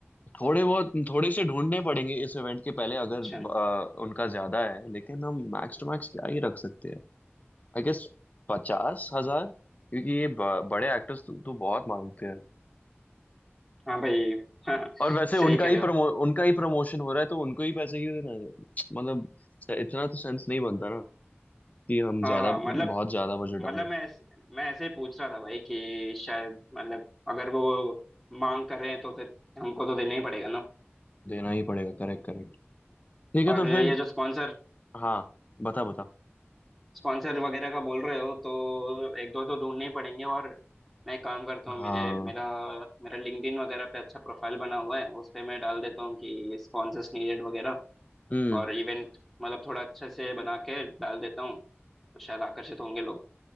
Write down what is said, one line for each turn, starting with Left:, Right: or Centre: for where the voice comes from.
Left: थोड़े बहुत थोड़े से ढूंढने पड़ेंगे इस इवेंट के पहले अगर
Centre: अच्छा
Left: अ, उनका ज्यादा है लेकिन हम मैक्स टू मैक्स क्या ही रख सकते हैं आई गेस पचास हजार क्योंकि ये ब, बड़े एक्टर्स तो, तो बहुत मांगते हैं
Centre: हाँ भाई हाँ
Left: और वैसे उनका
Centre: सही कह
Left: ही
Centre: रहे
Left: प्रमो
Centre: हो
Left: उनका ही प्रमोशन हो रहा है तो उनको ही पैसे क्यों देना है? मतलब इतना तो सेंस नहीं बनता कि हम
Centre: हाँ
Left: ज्यादा
Centre: हाँ मतलब
Left: बहुत ज्यादा बजट
Centre: मतलब
Left: डालें
Centre: मैं ऐस- मैं ऐसे ही पूछ रहा था भाई कि शायद मतलब अगर वो मांग कर रहे हैं तो फिर हमको तो देना ही पड़ेगा ना
Left: देना ही पड़ेगा करेक्ट करेक्ट ठीक है
Centre: और
Left: तो
Centre: ये
Left: फिर
Centre: जो स्पॉन्सर
Left: हाँ बता बता
Centre: स्पॉन्सर वगैरह का बोल रहे हो तो एक दो तो ढूंढने ही पड़ेंगे और मैं एक काम करता हूँ
Left: हाँ
Centre: मेरे मेरा मेरा लिंक्डइन वगैरह पे अच्छा प्रोफाइल बना हुआ है उस पे मैं डाल देता हूँ कि स्पॉन्सर्स नीडेड वगैरह
Left: हम्म
Centre: और इवेंट मतलब थोड़ा अच्छे से बना के डाल देता हूँ तो शायद आकर्षित होंगे लोग